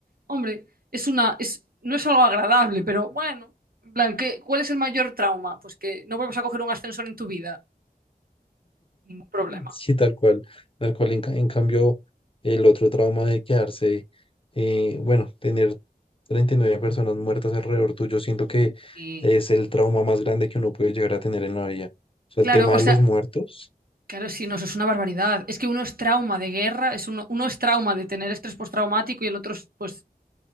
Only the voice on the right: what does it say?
Hombre, es una, es, no es algo agradable, pero bueno. En plan, ¿qué- cuál es el mayor trauma? Pues que no vuelvas a coger un ascensor en tu vida. Ningún problema.
Y
claro,
o
sea,
claro, sí, no, eso es una barbaridad. Es que uno es trauma de guerra, es uno, uno es trauma de tener estrés postraumático y el otro es, pues,